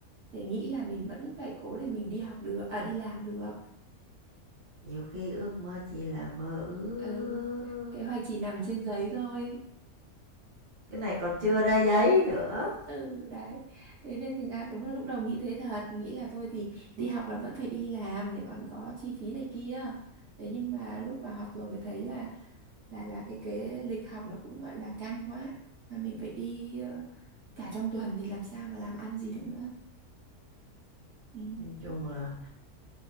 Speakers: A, on the right; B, on the right.
A: để nghĩ là mình vẫn phải cố để mình đi học được à đi làm được
B: Nhiều khi ước mơ chỉ là mơ ước.
A: ừ. Kế hoạch chỉ nằm trên giấy thôi
B: Cái này còn chưa ra giấy nữa.
A: ừ đấy thế nên thành ra đúng là lúc đầu nghĩ thế thật nghĩ là thôi thì đi học là vẫn phải đi làm để còn có chi phí này kia thế nhưng mà lúc vào học rồi mới thấy là là là cái cái lịch học nó cũng gọi là căng quá mà mình phải đi ờ, cả trong tuần thì làm sao mà làm ăn gì được nữa ừ.
B: Nói chung là